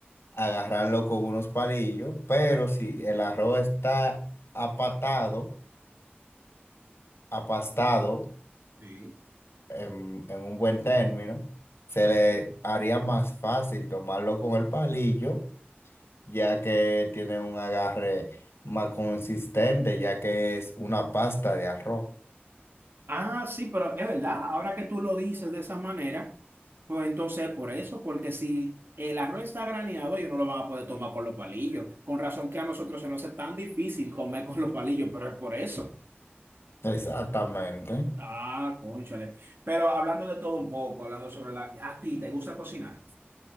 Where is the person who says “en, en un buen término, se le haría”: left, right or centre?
Left